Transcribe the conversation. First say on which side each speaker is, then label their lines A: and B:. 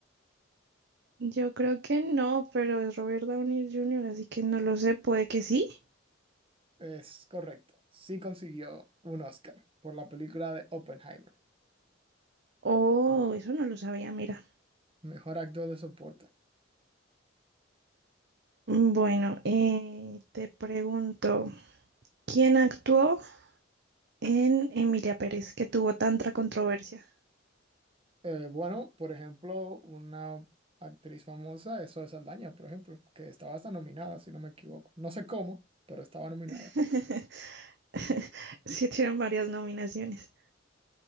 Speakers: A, on the right; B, on the right.
A: Yo creo que no, pero es Robert Downey Jr., así que no lo sé. Puede que sí.
B: Es correcto. Sí consiguió un Oscar por la película de Oppenheimer,
A: Oh, eso no lo sabía, mira.
B: mejor actor de soporte.
A: Mm, Bueno, eh, te pregunto, ¿quién actuó en Emilia Pérez, que tuvo tanta controversia?
B: Eh, bueno, por ejemplo, una actriz famosa es Zoe Saldaña, por ejemplo, que estaba hasta nominada, si no me equivoco. No sé cómo, pero estaba nominada.
A: <laughs> Sí, tienen varias nominaciones.